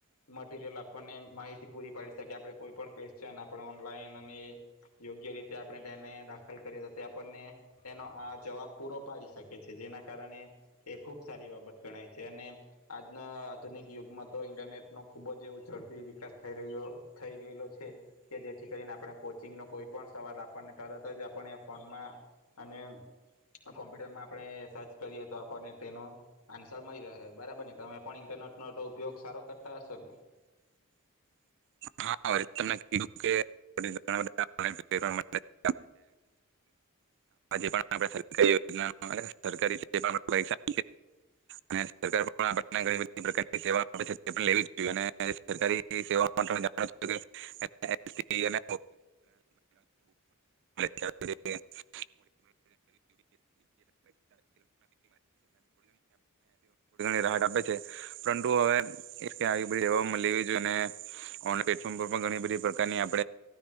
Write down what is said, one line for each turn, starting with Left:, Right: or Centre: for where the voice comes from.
Left: મટીરિયલ આપને માહિતી પૂરી પાડી શકીએ. આપણે કોઈ પણ ક્વેશ્ચન આપણે ઓનલાઈન અને, યોગ્ય રીતે આપણે તેને દાખલ કરીએ તો તે આપણને, તેનો આ જવાબ પૂરો પાડી શકે છે, જેના કારણે એ ખૂબ સારી બાબત ગણાય છે અને આજના આધુનિક યુગમાં તો ઇન્ટરનેટ ન ખૂબ જ એવું ઝડપ પી વિકાસ થઈ રહ્યો થઈ ગયેલો છે, કે જેથી કરીને આપણે કોચિંગનો કોઈ પણ સવાલ આપણને તરત જ આપણે ફોનમાં, અને કોમ્પ્યુટરમાં આપણે સર્ચ કરીએ તો આપણને તેનો, આન્સર મળી રહે. બરાબર ને તમે પણ ઇન્ટરનેટનો ઉપયોગ સારો કરતા હશો ને?
Right: હા તમને કીધું કે <unintelligible> જે પણ આપણે સરકારીયોજના સરકારી છે પૈસા અને સરકાર પણ આપણને ઘણી બધી પ્રકારની સેવા આપ છે તે પણ લેવી જોઈએ અને સરકારી સેઓ જાણું કે <unintelligible> રા આપે છે પરંતુ હવે બધીવા લે જોઈએ ઓ પ્લેટફોર્મ પરણી બધી પ્રકારની આપ